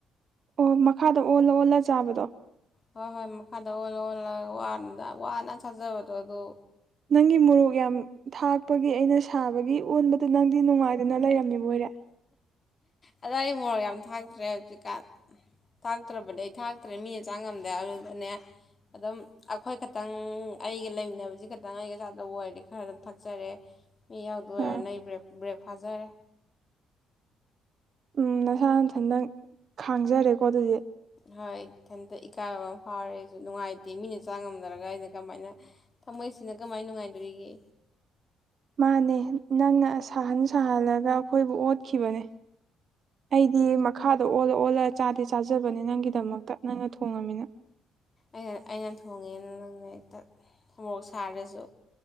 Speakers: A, on the right; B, on the left.
A: ꯑꯣ ꯃꯈꯥꯗ ꯑꯣꯜꯂ ꯑꯣꯜꯂ ꯆꯥꯕꯗꯣ
B: ꯍꯣꯏ ꯍꯣꯏ ꯃꯈꯥꯗ ꯑꯣꯜꯂ ꯑꯣꯜꯂꯒ ꯋꯥꯅ ꯊꯥꯖꯕꯗꯣ ꯑꯗꯨ
A: ꯅꯪꯒꯤ ꯃꯣꯔꯣꯛ ꯌꯥꯝ ꯊꯥꯛꯄꯒꯤ ꯑꯩꯅ ꯁꯥꯕꯒꯤ ꯑꯣꯟꯕꯗꯨ ꯅꯪꯗꯤ ꯅꯨꯡꯉꯥꯏꯗꯨꯅ ꯂꯩꯔꯝꯃꯤꯕ ꯑꯣꯏꯔꯦ
B: ꯑꯗꯣ ꯑꯩ ꯃꯣꯔ ꯌꯥꯝ ꯊꯥꯛꯇ꯭ꯔꯦ ꯍꯧꯖꯤꯛꯀꯥꯟ ꯊꯥꯛꯇ꯭ꯔꯕꯗꯤ ꯑꯩ ꯊꯥꯛꯇ꯭ꯔꯦ ꯃꯤꯅ ꯆꯥꯡꯉꯝꯗꯦ ꯑꯗꯨꯗꯅꯦ ꯑꯗꯨꯝ ꯑꯩꯈꯣꯏ ꯈꯛꯇꯪ ꯑꯩꯒ ꯂꯩꯃꯤꯟꯅꯕꯁꯤ ꯈꯛꯇꯪ ꯑꯩꯒ ꯆꯥꯗꯕ ꯑꯣꯏꯔꯗꯤ ꯈꯔ ꯑꯗꯨꯝ ꯊꯛꯆꯔꯦ ꯃꯤ ꯌꯥꯎꯗꯣꯏ ꯑꯣꯏꯔꯦ
A: ꯑꯥ
B: ꯅ ꯑꯩ ꯕꯦꯛ ꯕ꯭ꯔꯦꯛ ꯐꯥꯖꯔꯦ
A: ꯎꯝ ꯅꯁꯥ ꯅꯊꯟ ꯅꯪ ꯈꯥꯡꯖꯔꯦꯀꯣ ꯑꯗꯨꯗꯤ
B: ꯍꯣꯏ ꯏꯊꯟꯇ ꯏꯀꯥꯏꯕ ꯑꯃ ꯐꯥꯎꯔꯦ ꯑꯩꯁꯨ ꯅꯨꯡꯉꯥꯏꯇꯦ ꯃꯤꯅ ꯆꯥ ꯉꯝꯅꯔꯒ ꯑꯩꯅ ꯀꯃꯥꯏꯅ ꯊꯝꯃꯣꯏꯁꯤꯅ ꯀꯃꯥꯏ ꯅꯨꯡꯉꯥꯏꯗꯣꯔꯤꯒꯦ
A: ꯃꯥꯅꯦ ꯅꯪꯅ ꯁꯥꯍꯟ ꯁꯥꯍꯜꯂꯒ ꯑꯩꯈꯣꯏꯕꯨ ꯑꯣꯠꯈꯤꯕꯅꯦ ꯑꯩꯗꯤ ꯃꯈꯥꯗ ꯑꯣꯜꯂ ꯑꯣꯜꯂ ꯆꯥꯗꯤ ꯆꯥꯖꯕꯅꯦ ꯅꯪꯒꯤꯗꯃꯛꯇꯞ ꯅꯪꯅ ꯊꯣꯡꯉꯃꯤꯅ
B: ꯑꯩꯅ ꯑꯩꯅ ꯊꯣꯡꯉꯦꯅ ꯅꯪꯅ ꯍꯦꯛꯇ ꯈꯣꯔꯣꯛ ꯁꯥꯔꯁꯨ